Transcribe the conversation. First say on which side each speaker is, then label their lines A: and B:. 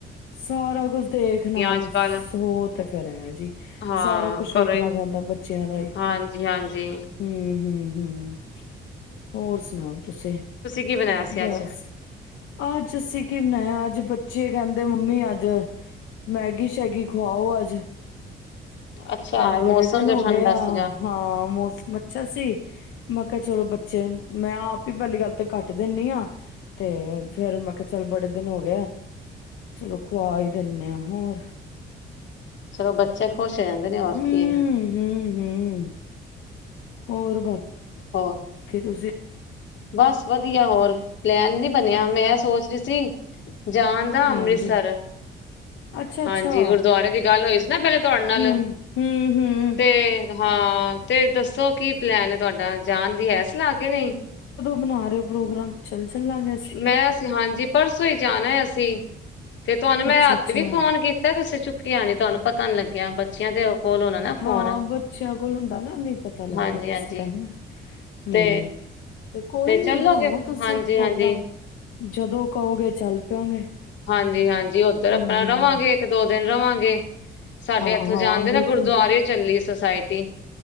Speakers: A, on the left; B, on the left.
A: ਸਾਰਾ ਕੁਛ ਦੇਖਣਾ
B: ਅੱਜ ਕੱਲ
A: ਔ ਤੇ ਫਿਰ ਹੈ ਜੀ
B: ਹਾਂ
A: ਸਾਰਾ ਕੁਛ ਵੇਖਣਾ
B: ਘਰੋਂ ਹੀ
A: ਪੈਂਦਾ ਬੱਚਿਆਂ ਦਾ ਹੀ
B: ਹਾਂਜੀ ਹਾਂਜੀ
A: ਹਮ ਹਮ ਹੂ ਹੋਰ ਸੁਣਾਓ ਤੁਸੀਂ
B: ਕੀ ਬਣਾਇਆ ਸੀ
A: ਬਸ
B: ਅੱਜ
A: ਅੱਜ ਅਸੀਂ ਕੀ ਬਣਾਇਆ ਅੱਜ ਬੱਚੇ ਕਹਿੰਦੇ ਮੰਮੀ ਅੱਜ ਮੈਗੀ ਸ਼ੈਗੀ ਖਵਾਓ ਅੱਜ
B: ਅੱਛਾ
A: ਕਹਿੰਦੇ ਬੜੇ
B: ਮੌਸਮ
A: ਦਿਨ
B: ਜਿਹਾ
A: ਹੋ
B: ਠੰਡਾ
A: ਗਏ ਆ
B: ਸੀਗਾ
A: ਹਾਂ ਮੌਸਮ ਅੱਛਾ ਸੀ ਮੈਂ ਕਿਹਾ ਚਲੋ ਅੱਛ ਮੈਂ ਆਪ ਹੀ ਪਹਿਲੀ ਗੱਲ ਤੇ ਘੱਟ ਕੁੱਟ ਦੇਂਨੀ ਆ ਤੇ ਫੇਰ ਮੈਂ ਕਿਹਾ ਚਲ ਬੜੇ ਦਿਨ ਹੋ ਗ ਚਲੋ ਖ਼ਵਾ ਈ ਦਿੰਨੇ ਆ, ਹੋਰ
B: ਚਲੋ ਬੱਚੇ ਖੁਸ਼ ਹੋ ਜਾਂਦੇ ਨੇ ਹੋਰ
A: ਹੂ
B: ਕੀ ਹੈ
A: ਹੂ ਹੂ ਹੋਰ ਬਸ
B: ਹੋਰ
A: ਕੀ ਤੁਸੀਂ
B: ਬਸ ਵਧੀਆ ਹੋਰ ਪਲੈਨ ਨੀ ਬਣਿਆ ਮੈਂ ਸੋਚ ਰਹੀ ਸੀ ਜਾਣ ਦਾ
A: ਹਾਂਜੀ
B: ਅੰਮ੍ਰਿਤਸਰ
A: ਅੱਛਾ ਅੱਛਾ
B: ਹਾਂਜੀ ਗੁਰਦੁਆਰੇ ਦੀ ਗੱਲ ਹੋਈ ਸੀ ਨਾ ਪਹਿਲੇ ਤੁਹਾਡੇ ਨਾਲ
A: ਹਮ ਹਮ ਹਮ
B: ਤੇ ਹਾਂ ਤੇ ਦੱਸੋ ਕੀ ਪਲੈਨ ਹੈ ਤੁਹਾਡਾ। ਜਾਣ ਦੀ ਹੈ ਸਲਾ ਕੇ ਨਹੀਂ।
A: ਬਨਾ ਰਹੇ ਹੋ ਪ੍ਰੋਗਰਾਮ ਚੱਲ ਚੱਲਾਂਗੇ
B: ਮੈਂ ਅਸੀਂ ਹਾਂਜੀ ਪਰਸੋਂ ਹੀ ਜਾਣਾ ਆ ਅਸੀ। ਸੀ। ਤੇ ਤੁਹਾਨੂੰ ਮੈਂ
A: ਅੱਛਾ
B: ਰਾਤੀ
A: ਅੱਛਾ
B: ਵੀ ਫੋਨ ਕੀਤਾ ਤੇ ਅਸੀਂ ਚੁੱਕਿਆ ਨੀ। ਤੁਹਾਨੂੰ ਪਤਾ ਨੀ ਲੱਗਿਆ ਬੱਚਿਆਂ ਦੇ ਕੋਲ ਹੋਣਾ ਨਾ
A: ਹਾਂ
B: ਫੋਨ
A: ਬੱਚਿਆਂ ਕੋਲ ਹੁੰਦਾ ਨਾ ਨਹੀਂ ਪਤਾ ਲੱਗਦਾ
B: ਹਾਂਜੀ
A: ਕਿਸੇ
B: ਹਾਂਜੀ
A: ਟਾਈਮ। ਹੂੰ
B: ਤੇ
A: ਤੇ ਕੋਈ ਨੀ
B: ਚੱਲੋਗੇ
A: ਬਣਾਓ ਤੁਸੀਂ
B: ਹਾਂਜੀ
A: ਪ੍ਰੋਗਰਾਮ
B: ਹਾਂਜੀ
A: ਜਦੋਂ ਕਹੋਗੇ ਚੱਲ ਪਿਆਗੇ
B: ਹਾਂਜੀ ਹਾਂਜੀ ਉੱਧਰ
A: ਹੂੰ
B: ਆਪਣਾ
A: ਹੂੰ,
B: ਰਵਾਂਗੇ ਇੱਕ ਦੋ ਦਿਨ ਰਵਾਂਗੇ। ਸਾਡੇ
A: ਹਾਂ
B: ਇੱਥੋਂ
A: ਹਾਂ
B: ਜਾਂਦੇ
A: ਬਿਲਕੁਲ
B: ਨਾ ਗੁਰਦੁਆਰੇ ਚੱਲੀ ਸੋਸਾਇਟੀ